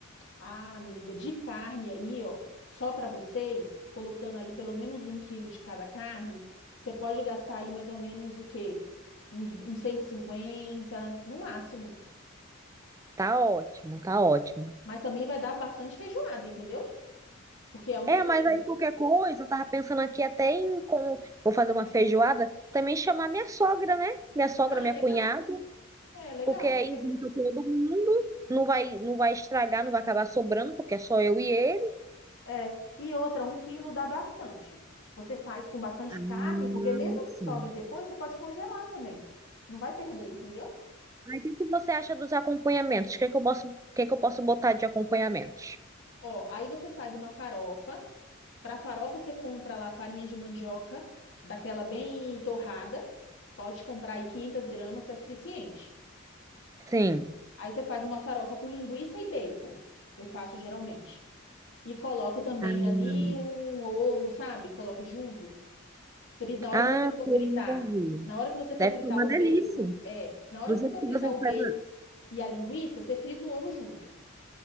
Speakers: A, on the left; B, on the right.
A: ah, amiga, de carne aí, ó, só para vocês, colocando aí pelo menos um quilo de cada carne, você pode gastar aí mais ou menos o quê? Uns, uns 150 no máximo.
B: Tá ótimo, tá ótimo.
A: Mas também vai dar bastante feijoada, entendeu? Porque é um
B: É,
A: quilo.
B: mas aí qualquer coisa, eu tava pensando aqui até em como vou fazer uma feijoada, também chamar minha sogra, né? Minha sogra,
A: Ah,
B: minha
A: legal.
B: cunhada,
A: É legal,
B: porque aí
A: porque
B: junta todo mundo, não vai, não vai estragar, não vai acabar sobrando, porque é só eu e ele.
A: é. E outra, um quilo dá bastante. Você faz com bastante
B: Ah,
A: carne, porque mesmo que sobre
B: sim.
A: depois, você pode congelar também. Não vai perder, entendeu?
B: Aí o que que você acha dos acompanhamentos? O que que eu posso, o que que eu posso botar de acompanhamentos?
A: Ó, aí você faz uma farofa. Para farofa, você compra lá farinha de mandioca, daquela bem torrada. Pode comprar aí 500 gramas, que é suficiente.
B: Sim.
A: Aí você faz uma farofa com linguiça e bacon. Eu faço geralmente. E coloco também
B: Hum.
A: ali um ovo, sabe? Coloco junto. Fri- Na hora
B: Ah,
A: que você for
B: couve.
A: fritar, na hora que você for
B: Deve
A: fritar
B: ser uma
A: o
B: delícia.
A: bacon, é, na hora
B: Do
A: que
B: jeito
A: você for
B: que
A: fritar
B: você
A: o bacon
B: faz.
A: e a linguiça, você frita o ovo junto,